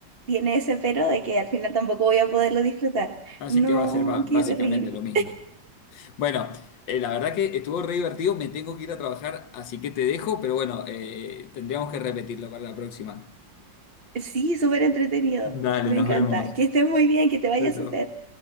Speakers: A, on the right; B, on the left.
A: tiene ese pero de que al final tampoco voy a poderlo disfrutar.
B: Así
A: No,
B: que va a ser ba-
A: qué
B: básicamente
A: terrible.
B: lo mismo. Bueno, eh, la verdad que estuvo re divertido, me tengo que ir a trabajar, así que te dejo, pero bueno, eh, tendríamos que repetirlo para la próxima.
A: Sí, súper entretenido.
B: Dale,
A: Me
B: nos
A: encanta.
B: vemos.
A: Que estés muy bien, que te vaya
B: Chao, chao.
A: súper.